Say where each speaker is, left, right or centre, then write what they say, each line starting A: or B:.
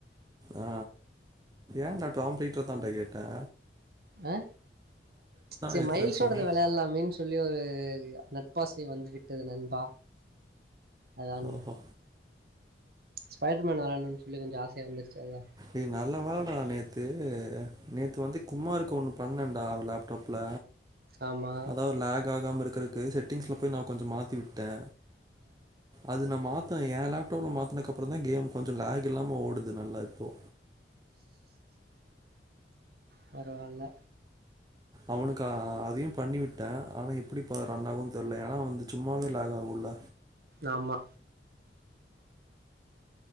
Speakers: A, on the right (about 20°); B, on the right (about 55°).
A: ஆ ஏன்டா டாம் பீட்டர் தான்டா கேட்டா
B: அ சரி
A: ஏத்துறேன்னு
B: மயில்சோடத
A: சொன்னேன்
B: விளையால்லாமென்னு சொல்லி ஒரு நட்பாசை வந்து விட்டது நண்பா அதான்
A: ஓஹோ
B: ஸ்பைடர் மேன் விளையாடனும் சொல்லி கொஞ்சம் ஆசையா இருந்துச்சு அதா
A: ஏ நல்ல வேலைடா நேத்து நேத்து வந்து குமார் இருக்கு ஒண்ணு பண்ணன்டா லேப்டாப்ல
B: ஆமா
A: அதா லேக் ஆகாம இருக்கிறதுக்கு செட்டிங்ஸ்ல போய் நா கொஞ்சம் மாத்தி விட்டே அது நா மா த்த என் லேப்டாப்பில் மாத்துனதுக்கப்புறம் தா கேம் கொஞ்சம் லக் இல்லாம ஓடுது நல்ல இப்போ
B: பரவால்ல
A: அவனுக்கா அதையு பண்ணி விட்டே ஆனா எப்படிப்ப ரன் ஆகுன் தெரல ஏன்னா வந்து சும்மாவே லாக் ஆகு இல்ல
B: ஆமா